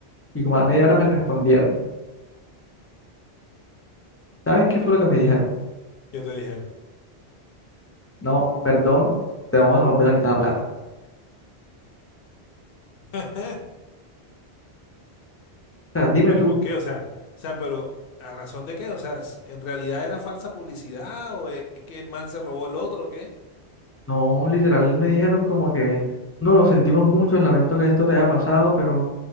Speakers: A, on the left; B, on the left.
A: Y como a la media hora me respondieron. ¿Sabes qué fue lo que me dijeron?
B: ¿Qué te dijeron?
A: No, perdón, te vamos a devolver la mitad de la plata.
B: <laughs>
A: O sea, dime
B: ¿Y pero
A: tú,
B: y por qué? O sea, o sea, pero ¿a razón de qué? O sea, s- ¿en realidad era falsa publicidad o es que el man se robó el otro o qué?
A: no, literal me dijeron como que, no, lo sentimos mucho, lamento que esto te haya pasado, pero